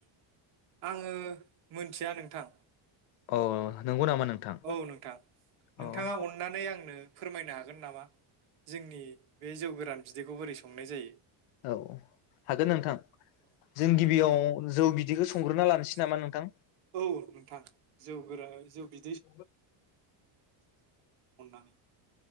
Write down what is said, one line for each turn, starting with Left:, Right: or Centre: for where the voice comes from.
Right: ङो मिथिया नोंथां।
Left: अ नंगौ नामा? नोंथां
Right: औ नोंथां। नोंथाङा
Left: औ
Right: अन्नानै आंनो फोरमायनो हागोन नामा जोंनि बे जौ गोरान बिदैखौ बोरै संनाय जायो?
Left: औ हागोन
Right: <unintelligible>
Left: नोंथां जों गिबियाव जौ बिदैखौ संग्रोना लानोसै नामा नोंथां
Right: औ नोंथां जौ गोरा जौ बि
Left: औ
Right: अननानै